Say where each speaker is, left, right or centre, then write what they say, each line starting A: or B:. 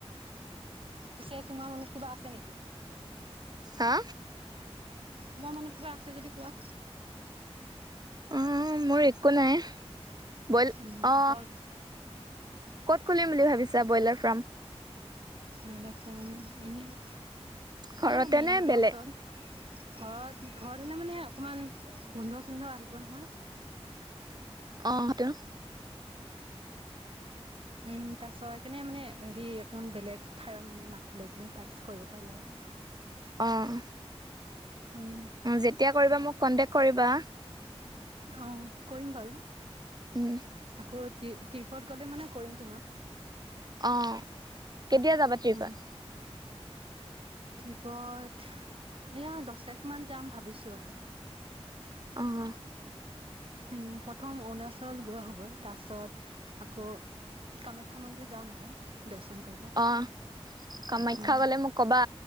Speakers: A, on the right; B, on the right.
A: পিছে তোমাৰ মনত কিবা আছে নেকি?
B: হা
A: তোমাৰ মনত কিবা আছে যদি কোৱা
B: অ মোৰ একো নাই বইল
A: উম
B: অ,
A: অকল
B: ক'ত খুলিম বুলি ভাবিছা ব্ৰইলাৰ ফাৰ্ম
A: ব্ৰইলাৰ ফাৰ্ম এনেই,
B: ঘৰতে
A: এয়া মেইন
B: নে
A: ৰোডৰ
B: বেলেগ
A: ওচৰত ঘৰত ঘৰত হলে মানে অকমান গোন্ধ চোন্ধ আহিব নহয়
B: অ হয়তো -
A: উম তাৰছত সেকানে মানে হেৰি অকমান বেলেগ ঠাইত মানে মাতি লৈ পেললে তাত কৰিব পাৰি আৰু <inaudible>
B: অহ
A: উম
B: যেতিয়া কৰিবা মোক কন্তেক কৰিবা
A: অহ কৰিম বাৰু
B: উম
A: আকৌ ট্ৰিপত গলে মানে কৰিম তোমাক
B: অহ কেতিয়া যাবা ট্ৰিপত।
A: উম ট্ৰিপত এয়া দছ তাৰিখ মান যাম ভাবিছোঁ আৰু।
B: অহ।
A: উম প্ৰথম অৰুণাচল গৈ আহোগৈ তাৰপাছত আকৌ। কামাখ্যা মন্দিৰ যাম আৰু দৰ্শন কৰিব।
B: অ কামাখ্যা
A: উম
B: গলে মোক কবা